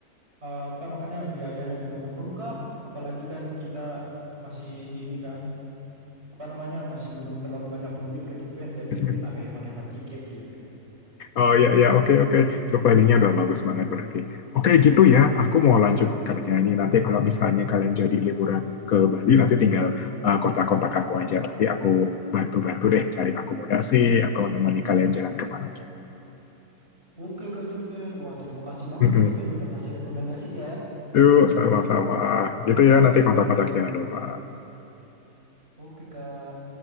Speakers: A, on the right; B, on the left.
A: eh, apa namanya biayanya juga membengkak. Apalagi kan kita masih ini kan apa namanya masih belum terlalu banyak duit Kak Juven jadi
B: <laughs>
A: mungkin agak hemat-hemat dikit gitu.
B: Oh ya ya oke oke Itu planningnya udah bagus banget berarti. Oke gitu ya, aku mau lanjut kerja ini. Nanti kalau misalnya kalian jadi liburan ke Bali, nanti tinggal uh, kontak-kontak aku aja. Nanti aku bantu-bantu deh cari akomodasi atau nemani kalian jalan kemana gitu.
A: Oke Kak Juven, wah terima kasih banget
B: Mm-mm.
A: Kak Juven udah ngasih rekomendasi ya.
B: Yuk sama-sama. Gitu ya, nanti kontak-kontak jangan lupa.
A: Oke Kak.